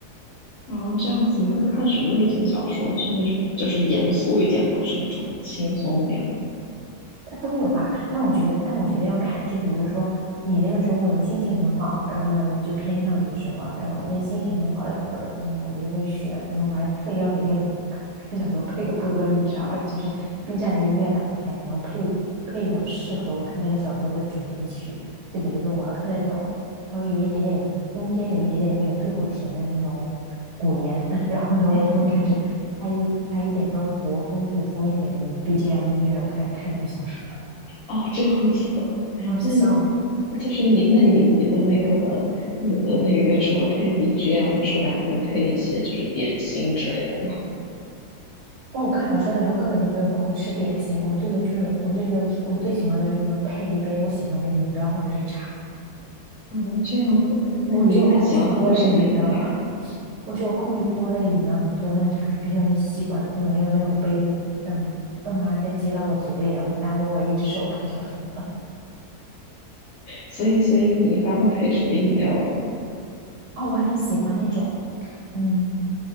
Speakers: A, on the left; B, on the right.
A: 然后这样子，你会看什么类型小说呢？是那种就是严肃一点的，还是那种轻松一点？
B: 都有吧，但我觉得，但我觉得要看，就比如说你那个周末你心情很好，然后呢你就偏向于什么，然后那心情很好的时候，然后呢我就会选，然后我还特意要给那个那小说配个歌，你知道吧？就是 B 站的音乐打开，然后配配一种适合我看那个小说的主题曲，就比如说我要看那种稍微有一点点中间有一点点虐，最后甜的那种古言，<laughs> 然后呢我就开始。
A: <laughs>
B: 开一开一点稍微国风古风一点的 BGM 音乐，我开始看那个小说。
A: 哦，这样子的，
B: 然后笑了。
A: 那你就是你，那你你的那个你的那个，除了配 BGM 之外，还会配一些就是点心之类的吗？
B: 哦，我看小说的时候根本就没有空吃点心，我最多就是我就觉得我最喜欢的就是说配一杯我喜欢的饮料或者是茶，
A: 嗯，这样子，那你一般喜欢喝什么饮料呢
B: 我只有空去嘬那个饮料了，<laughs> 我只有空去嘬那个饮料和嘬那个茶，还必须要用吸管的，不能用那种杯子这样子，要不然它再接到我嘴里的会耽误我一只手看小说。
A: 所以，所以你一般会配什么饮料呢？
B: 哦，我很喜欢那种嗯